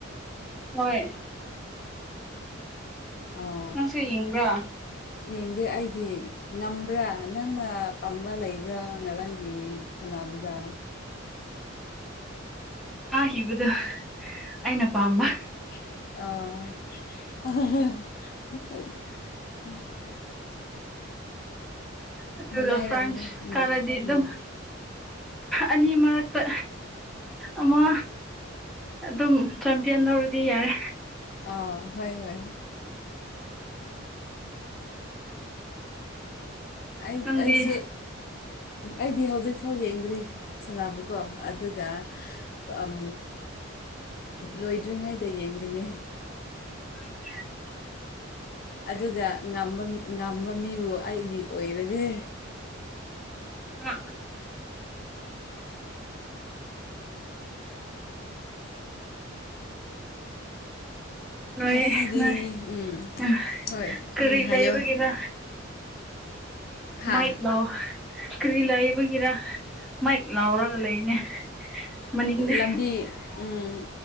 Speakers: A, in the centre; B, on the left.
A: ꯍꯣꯏ
B: ꯑꯥ
A: ꯅꯪꯁꯨ ꯌꯦꯡꯕ꯭ꯔꯥ
B: ꯌꯦꯡꯗꯦ ꯑꯩꯗꯤ ꯉꯝꯕ꯭ꯔꯥ ꯅꯪꯅ ꯄꯥꯝꯕ ꯂꯩꯕ ꯕ꯭ꯔꯣ ꯉꯔꯥꯡꯒꯤ ꯁꯥꯟꯅꯕꯗ
A: ꯀꯥꯈꯤꯕꯗꯣ ꯑꯩꯅ ꯄꯥꯝꯕ
B: ꯑ
A: ꯑꯗꯨꯒ
B: ꯅꯨꯡꯉꯥꯏꯔꯝꯅꯤ
A: ꯐ꯭ꯔꯥꯟꯁ
B: ꯎꯝ
A: ꯈꯔꯗꯤ ꯑꯗꯨ
B: ꯎꯝ
A: ꯑꯅꯤ ꯃꯔꯛꯇ ꯑꯃ ꯑꯗꯨꯝ ꯆꯦꯝꯄꯤꯌꯟ ꯂꯧꯧꯔꯗꯤ ꯌꯥꯔꯦ
B: ꯑꯥ ꯍꯣꯏ ꯍꯣꯏ ꯑꯩ
A: ꯅꯪꯗꯤ
B: ꯑꯩꯁꯨ ꯑꯩꯗꯤ ꯍꯧꯖꯤꯛ ꯐꯥꯎ ꯌꯦꯡꯗ꯭ꯔꯤ ꯁꯅꯥꯕꯨꯀꯣ ꯑꯗꯨꯒ ꯑꯣ ꯂꯣꯏꯗ꯭ꯔꯤꯉꯩꯗ ꯌꯦꯡꯒꯅꯤ
A: <unintelligible>
B: ꯑꯗꯨꯒ ꯉꯝꯕ ꯉꯝꯕ ꯃꯤꯕꯨ ꯑꯩꯒꯤ ꯑꯣꯏꯔꯒꯦ
A: ꯑ ꯅꯣꯏꯌꯦ
B: ꯉꯁꯤꯗꯤ
A: ꯅꯣꯏ
B: ꯎꯝ
A: ꯑ
B: ꯍꯣꯏ
A: ꯀꯔꯤ
B: ꯎꯝ ꯍꯥꯏꯌꯣ
A: ꯂꯩꯕꯒꯤꯅ
B: ꯍꯥ
A: ꯃꯥꯏꯛ ꯂꯥꯎ ꯀꯔꯤ ꯂꯩꯕꯒꯤꯔ ꯃꯥꯏꯛ ꯂꯥꯎꯔꯒ ꯂꯩꯅꯦ ꯃꯅꯤꯡꯗ
B: ꯂꯝꯕꯤ ꯎꯝ